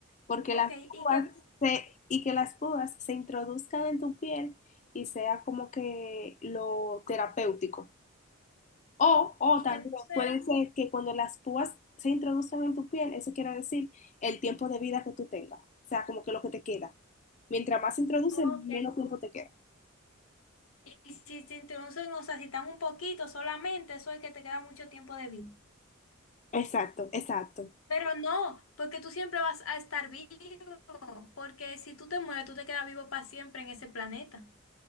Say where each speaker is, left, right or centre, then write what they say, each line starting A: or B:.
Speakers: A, on the left; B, on the left.
A: porque
B: Ok,
A: las púas
B: y que,
A: se, y que las púas se introduzcan en tu piel y sea como que lo terapéutico. O, o
B: y
A: también
B: que tú seas,
A: puede ser que cuando las púas se introduzcan en tu piel, eso quiere decir el tiempo de vida que tú tengas, o sea, como que lo que te queda. Mientras más se introducen,
B: ok.
A: menos
B: Y
A: tiempo te queda.
B: y si se introducen, o sea, si están un poquito solamente, eso es que te queda mucho tiempo de vida.
A: Exacto, exacto.
B: Pero no, porque tú siempre vas a estar vivo, porque si tú te mueres, tú te quedas vivo para siempre en ese planeta.